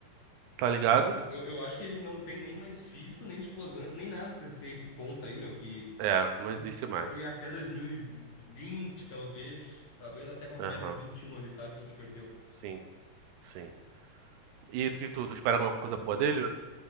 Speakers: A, on the right; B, on the left.
A: tá ligado?
B: Eu, eu acho que ele não tem nem mais físico, nem explosão, nem nada pra ser esse ponta aí, meu, que
A: É, não existe mais.
B: foi até 2020 talvez. Talvez até com a Copa
A: Aham,
B: América de 21 ali, sabe? Que a gente perdeu.
A: sim, sim. E, e tu, tu espera alguma coisa boa dele?